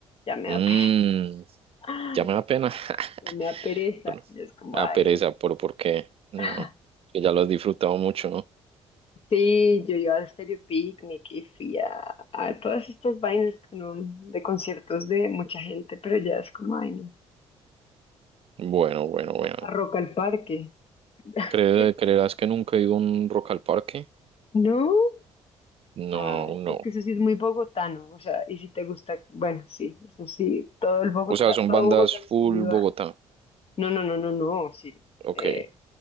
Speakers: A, on the left; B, on the right.
A: ya me
B: Mm,
A: da pereza, <laughs>
B: ya me da pena. <laughs>
A: ya me da pereza,
B: Bueno,
A: ya es como,
B: a
A: ay,
B: pereza,
A: no.
B: pero por qué. No,
A: <laughs>
B: que ya lo has disfrutado mucho, ¿no?
A: Sí, yo iba a Stereo Picnic y fui a, a todas estas vainas que uno- de conciertos de mucha gente, pero ya es como, ay, no.
B: Bueno, bueno, bueno.
A: A Rock al Parque. <laughs>
B: ¿Cre- ¿Creerás que nunca he ido a un Rock al Parque?
A: No.
B: No,
A: Ah,
B: no.
A: es que eso sí es muy bogotano, o sea, y si te gusta, bueno, sí, eso sí, todo el Bogotá,
B: O sea, son
A: todo
B: bandas
A: Bogotá. es
B: full
A: muy ba-
B: Bogotá.
A: No, no, no, no, no, sí.
B: Ok.
A: eh,